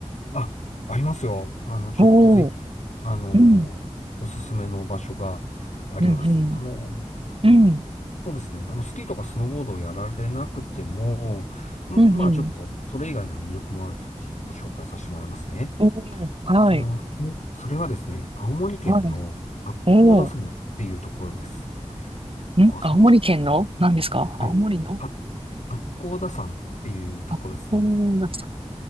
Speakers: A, on the left; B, on the right.
A: あ、ありますよ。あの、ちょっとぜひ、
B: おー、
A: あのーおすすめの場所があります。
B: うん、うん、
A: あの、
B: うん、うん、
A: そうですね。あの、スキーとかスノーボードをやられなくても、んまあ、
B: うん、うん。
A: ちょっと、それ以外の魅力もある土地、ご紹介させてもらいますね。
B: おー、はい、
A: あの、でそれはですね、青森県の八甲田山っていうところです。
B: はい。おー、ん青森県の何ですか青森の
A: ご存知ですね。はい。は八甲田山っていうところですね。
B: あ、おー、なんですか